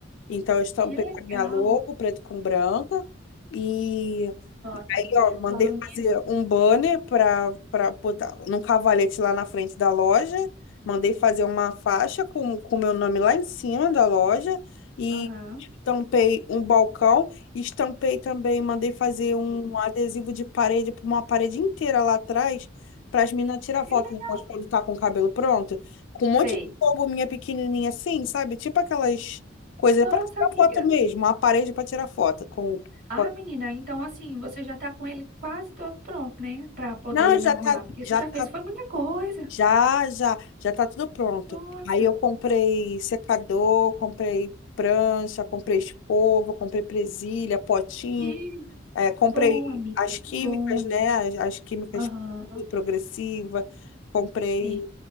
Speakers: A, on the left; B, on the right.
A: Então, eu estampei
B: que legal.
A: a minha logo, preto com branca. E, e
B: Nossa, amiga,
A: aí, ó, mandei
B: falando nisso.
A: fazer um banner para para botar num cavalete lá na frente da loja. Mandei fazer uma faixa com o meu nome lá em cima da loja. E
B: Aham,
A: estampei um balcão. Estampei também, mandei fazer um
B: sim.
A: adesivo de parede para uma parede inteira lá atrás. Para as meninas tirar
B: Que
A: foto
B: legal.
A: depois quando tá com o cabelo pronto. Com um monte
B: Sei.
A: de logo minha pequenininha assim, sabe? Tipo aquelas Coisa
B: Nossa,
A: para tirar
B: amiga.
A: foto mesmo, uma parede para tirar foto com, com-
B: Ah, menina, então assim, você já tá com ele quase todo pronto, né? Pra poder
A: Não,
B: inaugurar,
A: já tá,
B: porque
A: já
B: você já
A: tá,
B: fez, foi muita coisa.
A: já, já, já tá tudo pronto.
B: Nossa,
A: Aí eu comprei secador, comprei prancha, comprei escova, comprei presilha, potinho.
B: que
A: É, comprei
B: bom, amiga,
A: as
B: que
A: químicas,
B: bom.
A: né? As, as químicas
B: Aham,
A: progressiva, comprei
B: sim.